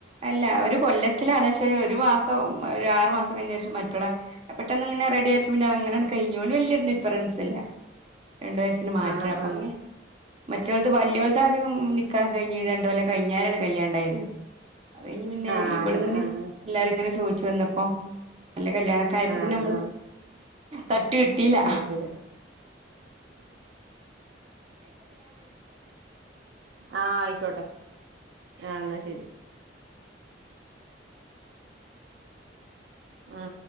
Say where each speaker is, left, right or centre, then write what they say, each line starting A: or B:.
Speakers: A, on the right; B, on the right.
A: അല്ല ഒരു കൊല്ലത്തിലാണ് ഒരു മാസം അർമാസം കൈഞ്ഞേ ശേഷം മറ്റൊളെ പെട്ടന്ന് ഇങ്ങനെ റെഡി ആയപ്പോൾ അധ് ഇങ്ങനെ കയിഞ്ഞു ഓൽ വലിയ ഡിഫറെൻസ് ഇല്ല രണ്ടു വയസ്സിന് മാറ്റ
B: ആഹ്
A: അപ്പ
B: ആഹ്
A: അങ്ങനെ മറ്റുള്ളത് വലിയളതാദ്യം കഴിഞ്ഞ രണ്ടുകൊല്ലം കഴിഞ്ഞരാണ് കല്യാ ഉണ്ടായത് അത് കഴിഞ്ഞ് പിന്നെ
B: ആഹ്
A: ഇവളെ
B: അങ്ങനെ
A: ഇങ്ങനെ
B: ആഹ്
A: എല്ലാരും ഇങ്ങനെ ചോദിച്ചു വന്നപ്പോ നല്ല കല്യാണക്കായപ്പോ
B: ആഹ് ആഹ്
A: പിന്നെ നമ്മള്
B: ആഹ്
A: തട്ടി വിട്ടില്ല
B: അത് ശരി ആ ആയിക്കോട്ടെ ആ എന്നാ ശരി ആ